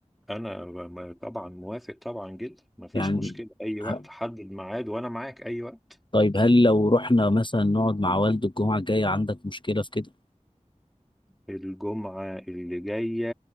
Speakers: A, in the centre; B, on the left.
A: انا ب- ب- طبعا موافق طبعا جدا مفيش
B: يعني
A: مشكلة اي وقت
B: ه-
A: حدد ميعاد وانا معاك اي وقت
B: طيب هل لو رحنا مثلا نقعد مع والده الجمعة الجاية عندك مشكلة في كده
A: الجمعة اللي جاية